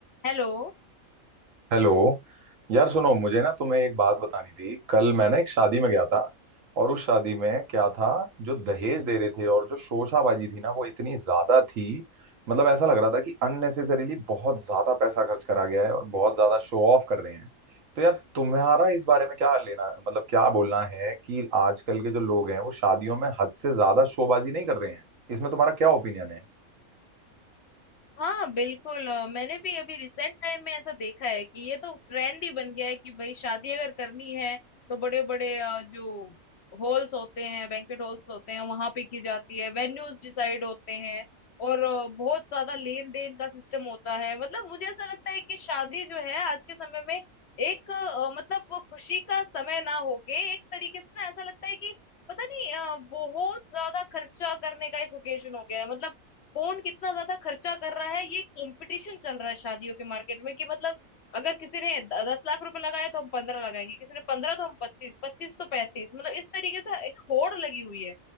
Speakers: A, on the left; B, on the right.
A: हेलो
B: Hello यार सुनो मुझे ना तुम्हें एक बात बतानी थी कल मैं ना एक शादी में गया था और उस शादी में क्या था जो दहेज दे रहे थे और जो शोशाबाजी थी ना वो इतनी ज्यादा थी मतलब ऐसा लग रहा था कि अननेसेसरीली बहुत ज्यादा पैसा खर्च करा गया है और बहुत ज्यादा शो ऑफ कर रहे हैं तो यार तुम्हारा इस बारे में क्या लेना मतलब क्या बोलना है कि आजकल के जो लोग हैं वो शादियों में हद से ज्यादा शोबाजी नहीं कर रहे हैं इसमें तुम्हारा क्या ओपिनियन है
A: हाँ बिल्कुल अ, मैंने भी अभी रिसेंट टाइम में ऐसा देखा है कि ये तो ट्रेंड ही बन गया है कि भाई शादी अगर करनी है तो बड़े बड़े जो हॉल्स होते हैं बैंक्वेट हॉल्स होते हैं वहां पे की जाती है वेन्यूज डिसाइड होते हैं और अ, बहुत ज्यादा लेन देन का सिस्टम होता है मतलब मुझे ऐसा लगता है कि शादी जो है आज के समय में एक अ, मतलब वो खुशी का समय ना होके एक तरीके से ना ऐसा लगता है कि पता नहीं अ, बहुत ज्यादा खर्चा करने का एक ओकेजन हो गया है मतलब कौन कितना ज्यादा खर्चा कर रहा है ये कंपटीशन चल रहा है शादियों के मार्केट में कि मतलब अगर किसी ने द- दस लाख रुपए लगाए तो हम पंद्रह लगाएंगे किसी ने पंद्रह तो हम पच्चीस पच्चीस तो पैंतीस मतलब इस तरीके से एक होड़ लगी हुई है